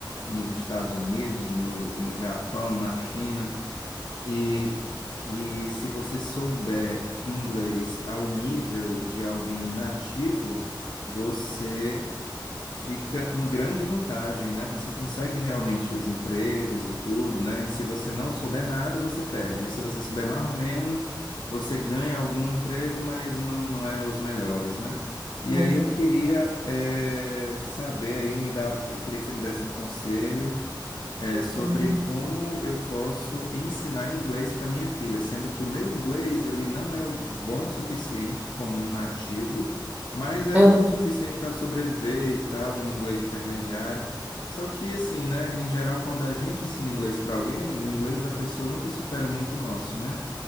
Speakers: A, on the left; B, on the right.
A: nos Estados Unidos, no no Japão, na China. e que se você souber inglês ao nível de alguém nativo, você fica em grande vantagem, né? Você consegue realmente os empregos e tudo, né? E se você não souber nada, você perde. E se você souber marromeno, você ganha algum emprego, mas não, não é os melhores, né? E
B: uhum,
A: aí eu queria eh, saber aí, me dar, eu queria que você me desse um conselho é,
B: uhum,
A: sobre como eu posso ensinar inglês para minha filha, sendo que o meu inglês ele não é o bom o suficiente como um nativo, mas é
B: uhum.
A: bom o suficiente para sobreviver e tal, um inglês intermediário. Só que assim, né, em geral, quando a gente ensina inglês para alguém, o inglês da pessoa nunca supera muito o nosso, né?